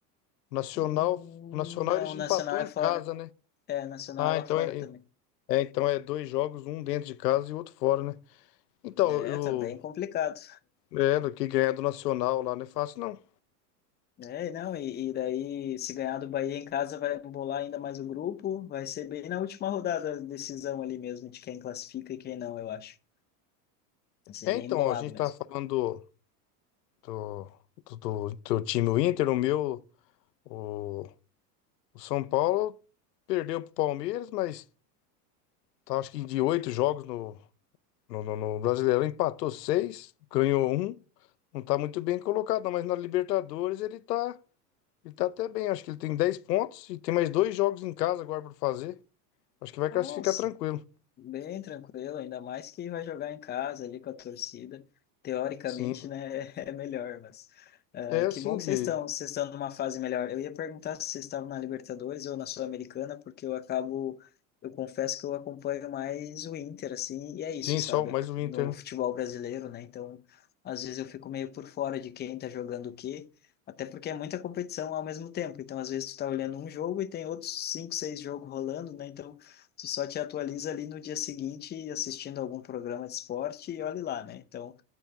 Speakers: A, on the left (about 85°); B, on the left (about 20°).
A: O Nacional,
B: hum,
A: o Nacional
B: Não,
A: ele já
B: o Nacional
A: empatou em
B: é fora.
A: casa, né?
B: É, Nacional
A: Ah,
B: é lá
A: então
B: fora
A: é,
B: também.
A: é, então é dois jogos, um dentro de casa e outro fora, né? Então,
B: É,
A: eu,
B: tá bem complicado.
A: é, do que ganhar do Nacional lá não é fácil, não.
B: É, não, e, e daí, se ganhar do Bahia em casa, vai bolar ainda mais o grupo. Vai ser bem na última rodada a decisão ali mesmo, de quem classifica e quem não, eu acho. Vai ser
A: É,
B: bem
A: então,
B: embolado
A: a gente tá
B: mesmo.
A: falando do, do, do, do time o Inter, o meu, o, o São Paulo perdeu pro Palmeiras, mas tá, acho que de oito jogos no No, no, no Brasileirão empatou seis, ganhou um. Não tá muito bem colocado, não, mas na Libertadores ele tá, ele tá até bem. Acho que ele tem 10 pontos e tem mais dois jogos em casa agora pra fazer. Acho que vai
B: Nossa,
A: classificar tranquilo.
B: Bem tranquilo, ainda mais que vai jogar em casa ali com a torcida. Teoricamente,
A: Sim,
B: né, <laughs> é melhor, mas ah,
A: é assim
B: que bom que
A: que.
B: vocês estão, vocês estão numa fase melhor. Eu ia perguntar se vocês estavam na Libertadores ou na Sul-Americana, porque eu acabo, eu confesso que eu acompanho mais o Inter, assim, e é isso,
A: Sim,
B: sabe,
A: só mais o
B: no
A: Inter,
B: futebol
A: né?
B: brasileiro, né? Então, às vezes eu fico meio por fora de quem tá jogando o quê, até porque é muita competição ao mesmo tempo. Então, às vezes tu tá olhando um jogo e tem outros cinco, seis jogos rolando, né? Então tu só te atualiza ali no dia seguinte assistindo algum programa de esporte e olhe lá, né? Então,